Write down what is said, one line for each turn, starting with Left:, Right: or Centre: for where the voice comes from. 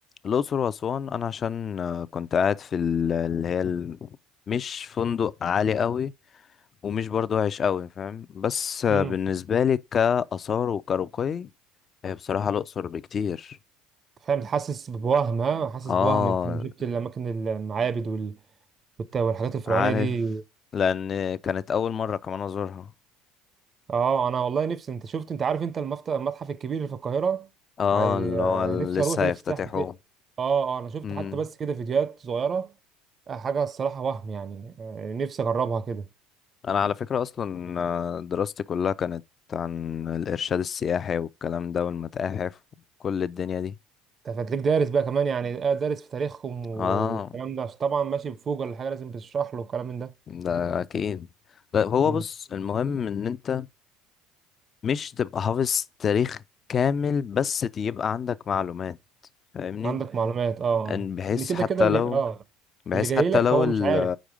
Left: الأقصر وأسوان أنا عشان آه، كنت قاعد في ال- اللي هي ال- مش فندق عالي قوي ومش برضو وحش قوي فاهم بس آه،
Right: امم
Left: بالنسبة لي كآثار وكرقي هي بصراحة الأقصر بكتير
Right: فاهم حاسس بوهم ها حاسس
Left: اه
Right: بوهم انت لما شفت الاماكن المعابد وال- والت- والحاجات الفرعونيه
Left: عارف
Right: دي
Left: لان كانت اول مرة كمان ازورها
Right: اه انا والله نفسي انت شفت انت عارف انت المفت- المتحف الكبير اللي في القاهره
Left: اه
Right: عاي...
Left: اللي
Right: آه،
Left: هو
Right: نفسي
Left: لسه
Right: اروح الافتتاح
Left: هيفتتحوه
Right: بتاع اه اه انا شفت
Left: امم
Right: حتى بس كده فيديوهات صغيره آه، حاجه الصراحه وهم يعني آه، نفسي اجربها كده
Left: انا على فكرة اصلا آه، دراستي كلها كانت عن الارشاد السياحي والكلام ده والمتاحف وكل الدنيا دي
Right: انت فتلاقيك دارس بقى كمان يعني آه، دارس في تاريخهم و-
Left: اه
Right: والكلام ده عشان طبعا ماشي بفوق ولا حاجه لازم بتشرح له الكلام من ده
Left: ده اكيد لا هو
Right: مم.
Left: بص المهم ان انت مش تبقى حافظ تاريخ كامل بس يبقى عندك معلومات فاهمني
Right: عندك معلومات اه آه.
Left: ان بحيث
Right: ان كده
Left: حتى
Right: كده اللي
Left: لو
Right: اه
Left: بحيث
Right: اللي جاي
Left: حتى
Right: لك
Left: لو
Right: هو
Left: ال
Right: مش عارف